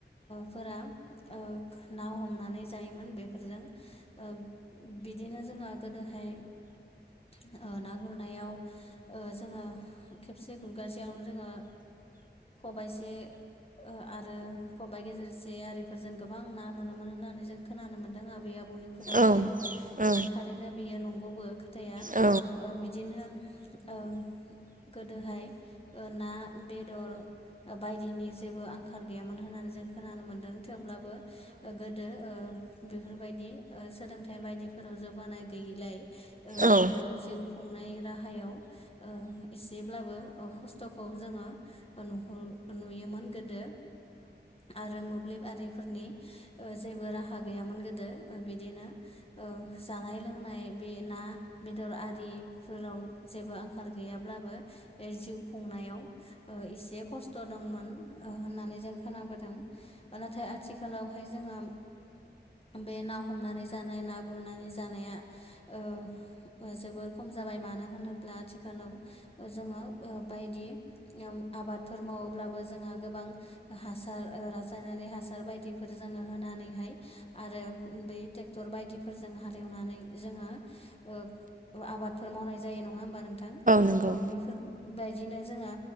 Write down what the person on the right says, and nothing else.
औ औ
औ
औ
औ
नंगौ